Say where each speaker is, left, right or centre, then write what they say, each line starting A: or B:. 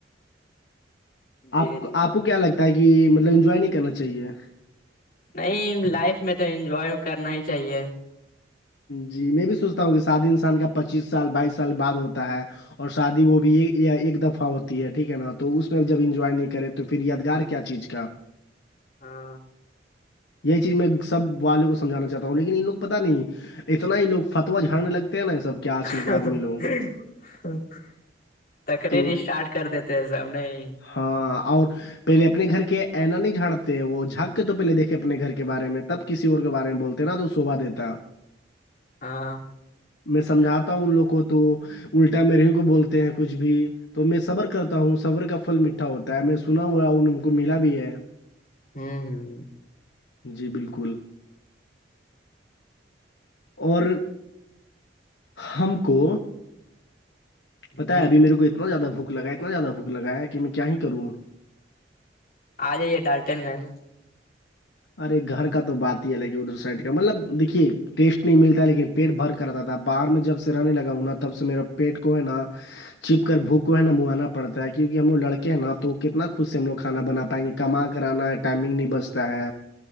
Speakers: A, on the left; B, on the left.
A: جی
B: آپ
A: جی
B: آپ کو کیا لگتا ہے کہ مطلب انجوائے نہیں کرنا چاہیے
A: نہیں لائف میں تو انجوائے کرنا ہی چاہیے
B: جی میں بھی سوچتا ہوں کہ شادی انسان کا پچیس سال بائیس سال بعد ہوتا ہے اور شادی وہ بھی ایک دفعہ ہوتی ہے ٹھیک ہے نا تو اس میں جب انجوائے نہیں کرے تو تو پھر یادگار کیا چیز کا <unintelligible>
A: ہاں
B: یہی چیز میں سب والےوں کو سمجھانا چاہتا ہوں لیکن انن لوگ پتہ نہیں اتنا ہی لوگ فتوا جھاڑنے لگتے ہیں نا یہ سب کہ
A: <inaudible>
B: آج کل کے آدمی لوگ
A: تکری
B: تو
A: ر اسٹارٹ کر دیتے ہیں سب نہیں
B: ہاں اور پہلے اپنے گھر کے اینا نہیں جھاڑتے وہ جھک تو پہلے دیکے اپنے گھر کے بارے میں تب کسی اور کے بارے میں بولتے ہیں نا تو سوبا دیتا
A: ہاں
B: میں سمجھاتا ہوں ان لوگ کو تو الٹا میر ہی کو بولتے ہیں کچھ بھی تو میں صبر کرتا ہوں صبر کا فھل مٹھا ہوتا ہے میں سنا ہوا ہوں کو ملا بھی ہے
A: ہوں ہ <unintelligible>
B: جی بالکل اور ہم کو
A: ہ
B: پتا ہے
A: ہ
B: اب میرے کو ات زیادہھو لگ ات زیادہ بھو لگیا کہ میں کیا ہی کروں
A: آ جائیے ڈالٹن گنج
B: ارے گھر کا تو بات ہی ہے لک ادھر سائڈ کا مطلب دیکھیے ٹیسٹ نہیں ملتا لیکن پیٹ بھر کر رہتا تھا باہر میں جب سے رہنے لگاؤوں نا تب سے میرا پیٹ کو ہے نا چھپ کر بوک کو ہے نا منوانا پڑتا ہے کیونکہ ہم لگ لڑکے نا تو کتنا خوش سے ہم لوگ کھا بنا پائیں گے کما کرانا ہے ٹائمنگ نہیں بچتا ہے